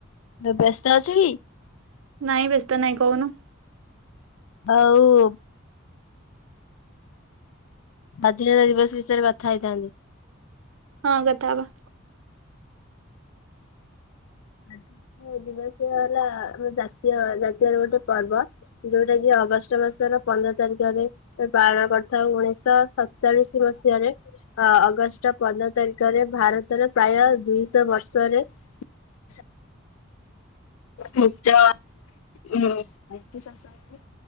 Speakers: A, on the left (about 80°); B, on the right (about 75°).
A: ବ୍ୟସ୍ତ ଅଛ କି?
B: ନାଇଁ ବ୍ୟସ୍ତ ନାଇଁ କହୁନୁ।
A: ଆଉ। <inaudible> ସ୍ୱାଧୀନତା ଦିବସ ବିଷୟରେ କଥା ହେଇଥାନ୍ତି।
B: ହଁ କଥାହବା।
A: ଆଜି ଦିବସ ହେଲା ଆମ ଜାତୀୟ ଜାତୀୟର ଗୋଟେ ପର୍ବ ଯୋଉଟା କି ଅଗଷ୍ଟ ମାସର ପନ୍ଦର ତାରିଖରେ ପାଳନ କରିଥାଉ ଉଣେଇଶ ସ ସତଚାଳିଶ ମସିହାରେ ଅ ଅଗଷ୍ଟ ପନ୍ଦର ତାରିଖରେ ଭାରତରେ ପ୍ରାୟ ଦୁଇଶହ ବର୍ଷରେ ଆଛା! ମୁଚ <inaudible>